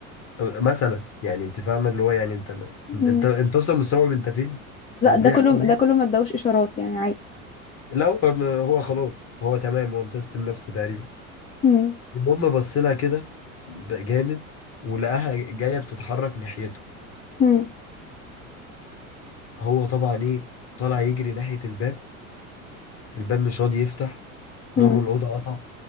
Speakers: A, on the left; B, on the left.
A: مثلا يعني انت فاهم اللي هو يعني انت
B: امم
A: انت انت اصلا مستوعب انت فين وبيحصل
B: ده كله
A: إيه؟
B: ده كله ما ادوش اشارات يعني
A: لا هو هو خلاص هو تمام هو مسيستم نفسه تقريبا
B: عادي
A: المهم بص لها كده ب- جامد ولقاها جايه بتتحرك ناحيته
B: مم.
A: هو طبعا ايه طالع يجري ناحيه الباب الباب مش راضي يفتح
B: مم.
A: نور الاوضه قطع